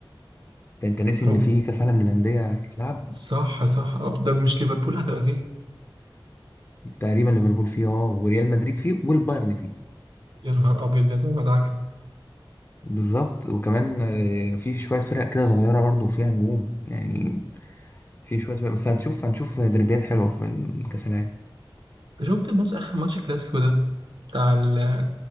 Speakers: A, on the left (about 25°); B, on the right (about 60°).
A: انت انت ناسي
B: هو
A: ان في كأس عالم للأندية هيتلعب
B: صح صح اه ده مش ليفربول هتبقى فيه
A: تقريبا ليفربول فيه اه وريال مدريد فيه والبايرن فيه
B: يا نهار ابيض ده هتبقى مدعكة
A: بالظبط وكمان آه، في شوية فرق كده صغيرة برضو فيها نجوم يعني في شوية فرق بس هنشوف هنشوف دربيات حلوة في الكأس العالم
B: شفت الماتش اخر ماتش كلاسيكو ده بتاع ال-